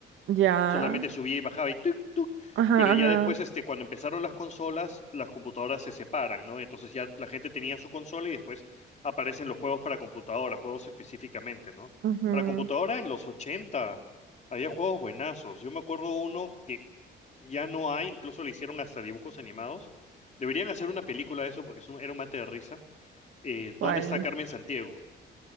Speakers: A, on the right; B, on the left.
A: Ya.
B: solamente subía y bajaba y tuk, tuk.
A: Ajá,
B: Pero ya
A: ajá,
B: después, este, cuando empezaron las consolas, las computadoras se separan, ¿no? Entonces ya la gente tenía su consola y después aparecen los juegos para computadora, juegos específicamente, ¿no?
A: ajá.
B: Para computadora en los 80 había juegos buenazos. Yo me acuerdo uno que ya no hay, incluso le hicieron hasta dibujos animados. Deberían hacer una película de eso porque es un- era un mate de risa. Eh, ¿dónde
A: ¿Cuál?
B: está Carmen Santiago?